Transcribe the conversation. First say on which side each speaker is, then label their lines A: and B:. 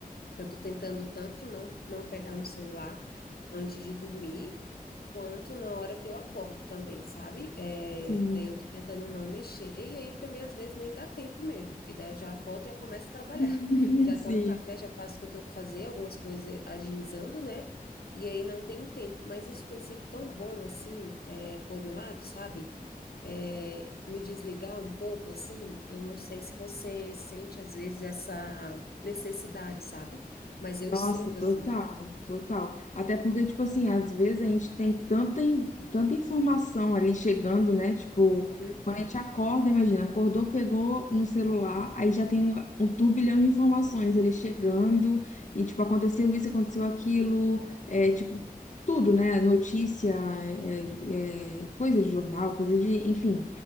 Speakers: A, on the left; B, on the left.
A: Eu tô tentando tanto não, não pegar no celular antes de dormir, quanto na hora que eu acordo também, sabe? É,
B: Sim.
A: daí eu tô tentando não mexer, e aí também às vezes nem dá tempo mesmo, porque daí eu já acordo, já começo a trabalhar.
B: <laughs>
A: <laughs> Já tomo
B: Sim.
A: café, já faço o que eu tenho que fazer, algumas coisas agilizando, né? E aí não tenho tempo. Mas isso tem sido tão bom, assim, é, por um lado, sabe? É, me desligar um pouco, assim, eu não sei se você sente às vezes essa necessidade, sabe? Mas eu
B: Nossa,
A: sinto
B: total,
A: assim,
B: total. Até porque, tipo assim, às vezes a gente tem tanta, in- tanta informação ali chegando, né? Tipo,
A: uhum,
B: quando a gente acorda, imagina, acordou, pegou no celular, aí já tem um turbilhão de informações ele chegando, e tipo, aconteceu isso, aconteceu aquilo, é tipo, tudo, né? Notícia, é, é, coisa de jornal, coisa de, enfim,